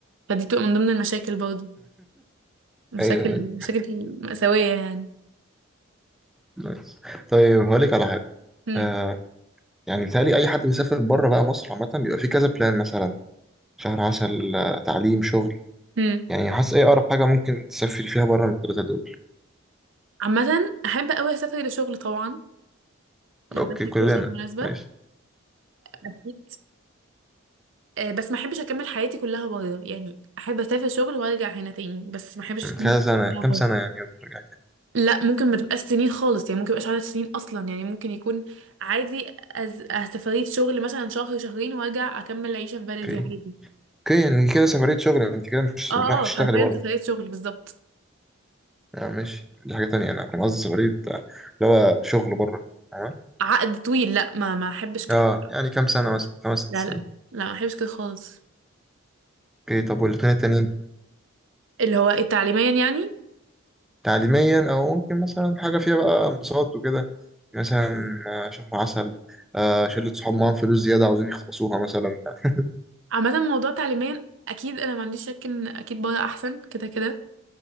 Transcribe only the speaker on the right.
فدي بتبقى من ضمن المشاكل برضه مشاكل
مشاكل مأساوية يعني
هم.
هم.
عامة أحب أوي أسافر لشغل طبعا لو
جاتلي
فرصة مناسبة
أكيد آه، بس ما أحبش أكمل حياتي كلها بره يعني أحب أسافر شغل وأرجع هنا تاني بس ما أحبش أكمل
حياتي
كلها
بره
لا ممكن ما تبقاش سنين خالص يعني ممكن يبقاش عدد سنين اصلا يعني ممكن يكون عادي أز... أه سفرية شغل مثلا شهر شهرين وارجع اكمل عيشة في بلدي
عادي
اه
اه حرفيا
سفرية شغل بالظبط
عقد طويل لا ما ما احبش كده
لا
لا لا ما احبش كده خالص
اللي هو التعليميا يعني
عامة موضوع تعليميا اكيد انا ما عنديش شك ان اكيد بره احسن كده كده